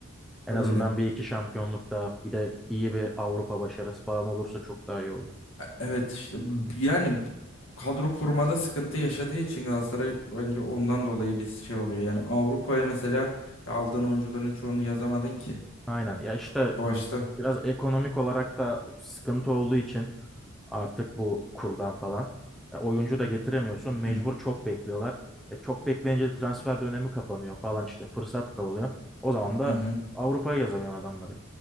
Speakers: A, in the centre; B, on the left (about 60°).
A: En
B: Öyle.
A: azından bir iki şampiyonluk daha bir de iyi bir Avrupa başarısı falan olursa çok daha iyi olur.
B: Evet işte yani kadro kurmada sıkıntı yaşadığı için Galatasaray bence ondan dolayı bir şey oluyor. Yani Avrupa'ya mesela aldığın oyuncuların çoğunu yazamadın ki
A: Aynen. Ya işte
B: başta.
A: biraz ekonomik olarak da sıkıntı olduğu için artık bu kurdan falan e, oyuncu da getiremiyorsun. Mecbur
B: Hı hı,
A: çok bekliyorlar. E, çok bekleyince de transfer dönemi kapanıyor falan işte fırsat kovalıyor. O zaman da
B: hı hı.
A: Avrupa'ya yazamıyor adamları.